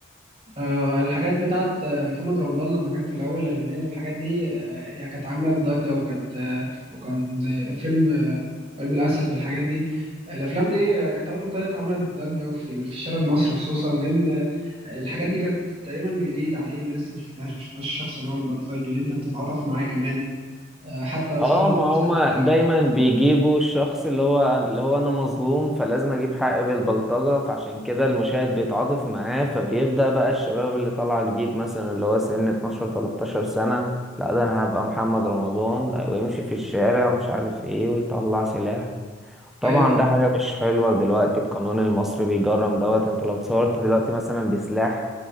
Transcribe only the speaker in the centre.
اه
ما هما
دايما
بيجيبوا الشخص اللي هو اللي هو انا مظلوم فلازم اجيب حقي بالبلطجة فعشان كده المشاهد بيتعاطف معاه فبيبدأ بقى الشباب اللي طالعة جديد مثلا اللي هو سن 12 13 سنة لا ده انا هبقى محمد رمضان لا ويمشي في الشارع ومش عارف ايه ويطلع سلاح طبعا
ده حاجة مش حلوة دلوقتي القانون المصري بيجرم دوت انت لو اتصورت دلوقتي مثلا بسلاح